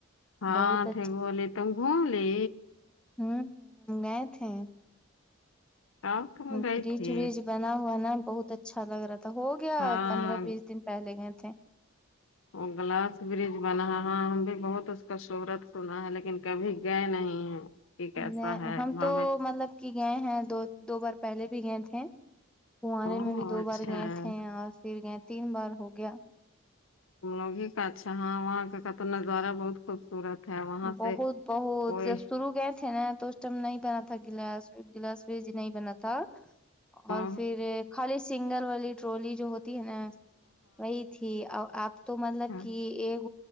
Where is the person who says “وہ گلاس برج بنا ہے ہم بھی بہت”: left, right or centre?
Left